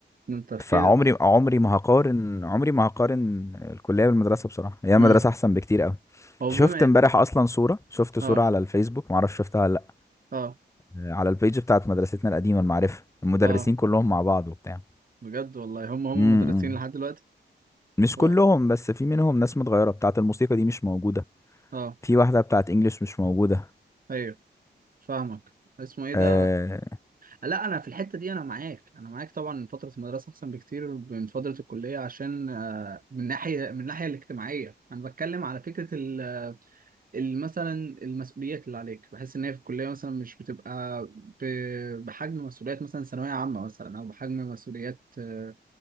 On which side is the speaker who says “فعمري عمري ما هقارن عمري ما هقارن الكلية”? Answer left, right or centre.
Left